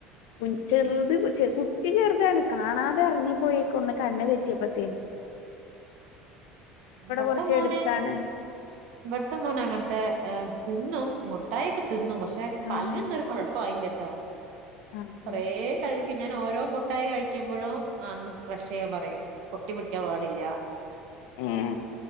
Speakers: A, on the left (about 80°); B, on the right (about 65°).
A: കു ചെറുത്
B: ഉം
A: കു ചെ കു കുട്ടി ചെറുതാണ് കാണാതെ ഇറങ്ങിപ്പോയക്കെ ഒന്ന് കണ്ണ് തെറ്റിയപ്പോത്തേനും
B: ഇവിടുത്തെ
A: കൊറച്ച്
B: മോന്
A: എടുത്താണ്
B: ഇവിടുത്തെ മോനെ അങ്ങനത്തെ തിന്നും മുട്ടായൊക്കെ തിന്നു പക്ഷെ
A: ആഹ്
B: പല്ലിനൊന്നും ഒരു കുഴപ്പായില്ലട്ടോ
A: ആഹ്
B: കൊറ കഴി പിന്നെ ഓരോ മുട്ടായി കഴിക്കുമ്പോഴും അന്നും ബ്രഷ് ചെയ്യാൻ പറയും ഒട്ടിപ്പിടിക്കാൻ പാടില്ല
A: ഉം